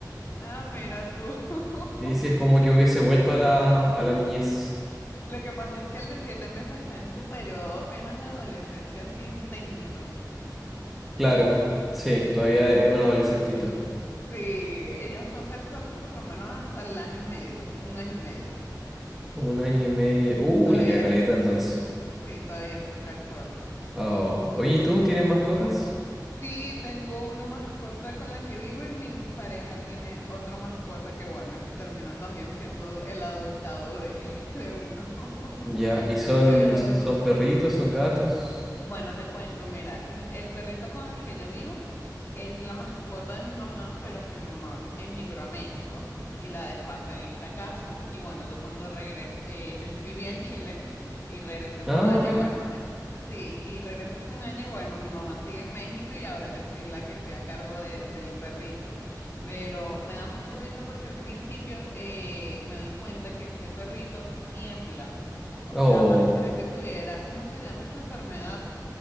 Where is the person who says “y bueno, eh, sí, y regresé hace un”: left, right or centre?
Left